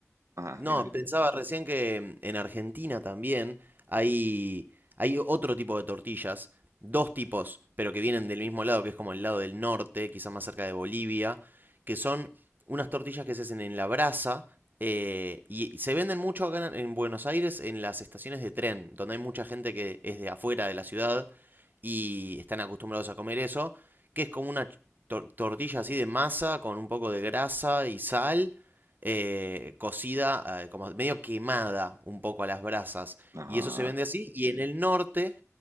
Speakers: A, on the right; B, on the right.
A: Ajá,
B: No,
A: dime, dime.
B: pensaba recién que mm, en Argentina también hay, hay otro tipo de tortillas, dos tipos, pero que vienen del mismo lado, que es como el lado del norte, quizá más cerca de Bolivia, que son unas tortillas que se hacen en la brasa eh, y se venden mucho acá en en Buenos Aires en las estaciones de tren, donde hay mucha gente que es de afuera de la ciudad y están acostumbrados a comer eso, que es como una ch- tor- tortilla así de masa con un poco de grasa y sal eh, cocida, eh, como medio quemada un poco a las brasas.
A: Ajá.
B: Y eso se vende así. Y en el norte,